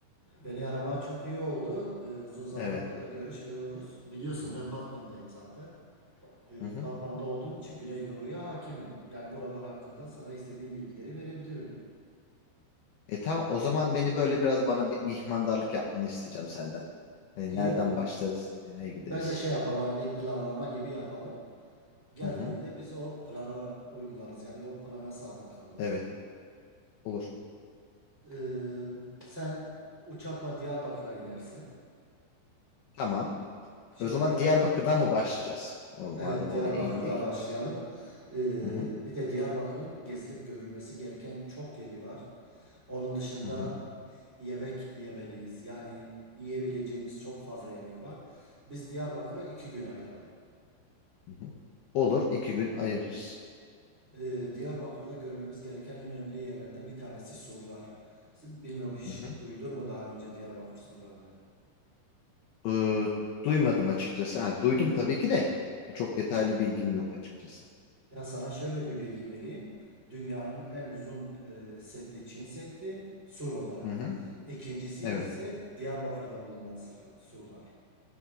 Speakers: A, on the right; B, on the left.
A: beni araman çok iyi oldu. Ee, uzun zamandır
B: evet.
A: da Evet. görüşmüyoruz. Biliyorsun ben Batman'dayım zaten. Ee,
B: Hı hı.
A: Batman'da olduğum için Güneydoğu'ya hakimim. Yani buralar hakkında sana istediğim bilgileri verebilirim.
B: E tamam o zaman beni böyle biraz bana bir mihmandarlık yapmanı isteyeceğim senden. Hani
A: İyi
B: nereden
A: olur.
B: başlarız nereye gideriz?
A: Bence şey yapalım, hani bir planlama gibi yapalım. Geldiğinde
B: Hı hı.
A: biz o plana uygularız. Yani o plana sadık kalırız.
B: Evet olur.
A: Ee, sen uçakla Diyarbakır'a inersin.
B: Tamam.
A: Şimdi
B: O zaman
A: Diyarbakır
B: Diyarbakır'dan mı başlayacağız? O- Madem
A: Evet, Diyarbakır'da
B: oraya indik.
A: başlayalım. Ee,
B: Hı hı,
A: bir de Diyarbakır'ın gezilip görülmesi gereken çok yeri var. Onun dışında
B: hı hı,
A: yemek yemeliyiz. Yani yiyebileceğimiz çok fazla yemek var. Biz Diyarbakır'a iki gün ayıralım.
B: hı hı. Olur, iki gün ayırırız.
A: Ee, Diyarbakır'da görmemiz gereken önemli yerlerden bir tanesi surlar. Bilmiyorum hiç
B: Hı hı.
A: duydun mu daha önce Diyarbakır surlarını?
B: Ee, duymadım açıkçası. Ha, duydum tabii ki de çok detaylı bilgim yok açıkçası.
A: Ya sana şöyle bir bilgi vereyim. Dünyanın en uzun e, seddi Çin Seddi sur olarak.
B: Hı hı,
A: İkincisi
B: evet.
A: ise Diyarbakır'da bulunan sırla- surlar.